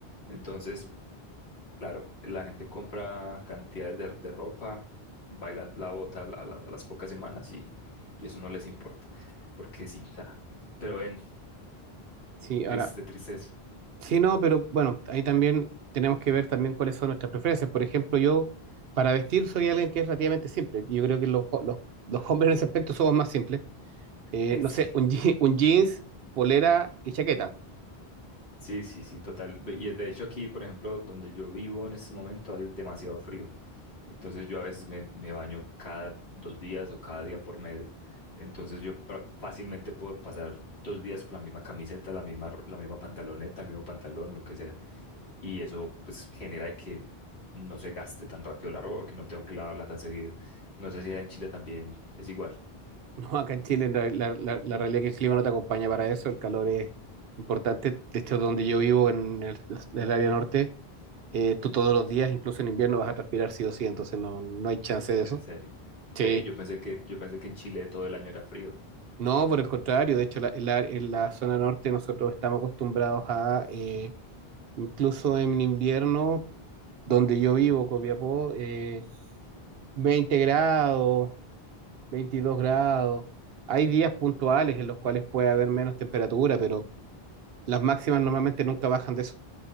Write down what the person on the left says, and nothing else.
Entonces, Claro, la gente compra cantidades de, de ropa, baila la bota a, la- a la- a las pocas semanas y, y eso no les importa, porque sí, ja. Pero ven,
triste,
triste eso.
<laughs>
Sí, sí, sí, sí, total. Ve- Y de hecho aquí, por ejemplo, donde yo vivo en este momento hace demasiado frío, entonces yo a veces me, me baño cada dos días o cada día por medio, entonces yo pra- fácilmente puedo pasar dos días con la misma camiseta, la misma, ro- la misma pantaloneta, el mismo pantalón, lo que sea. y eso pues genera de que no se gaste tan rápido la ropa porque no tengo que lavarla tan seguido. No sé si allá en Chile también es igual,
en serio.
Ve, yo pensé que yo pensé que en Chile todo el año era frío.